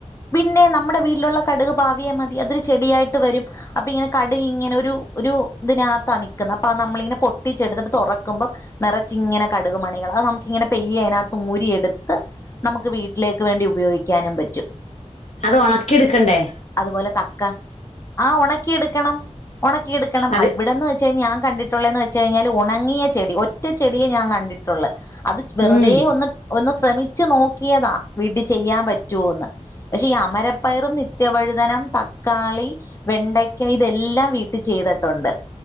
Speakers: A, on the left; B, on the left.
A: പിന്നെ നമ്മുടെ വീട്ടിലുള്ള കടുക് പാവിയ മതി അതൊരു ചെടിയായിട്ട് വരും അപ്പൊ ഇങ്ങനെ കടുക് ഇങ്ങനെ ഒരു ഒരു ഇതിനാത്താ നിൽക്കുന്നത് അപ്പൊ നമ്മളിങ്ങനെ പൊട്ടിച്ചെടുത്തിട്ട് തുറക്കമ്പം നിറച്ചിങ്ങനെ കടുക് മണികൾ അത് നമുക്കിങ്ങനെ പെയ്യ അതിനകത്ത് ഊരി എടുത്ത് നമുക്ക് വീട്ടിലേക്ക് വേണ്ടി ഉപയോഗിക്കാനും പറ്റും
B: അത് ഉണക്കിയെടുക്കണ്ടേ
A: അതുപോലെ കക്ക ആഹ് ഒണക്കി എടുക്കണം ഒണക്കിയെടുക്കണം
B: അത്
A: ഇവിടെന്ന് വെച്ചു കഴിഞ്ഞാൽ കണ്ടിട്ടുള്ളേന്ന് വെച്ച്കഴിഞ്ഞാൽ ഒണങ്ങിയ ചെടി ഒറ്റ ചെടിയെ ഞാൻ കണ്ടിട്ടൊള്ളൂ അത് വെറുതെ
B: ഉം
A: ഒന്ന് ഒന്ന് ശ്രമിച്ചു നോക്കിയതാ വീട്ടിൽ ചെയ്യാൻ പറ്റുവോന്ന് പക്ഷെ ഈ അമരപ്പയറും നിത്യവഴുതനം തക്കാളി വെണ്ടയ്ക്ക ഇതെല്ലാം വീട്ടി ചെയ്തിട്ടൊണ്ട്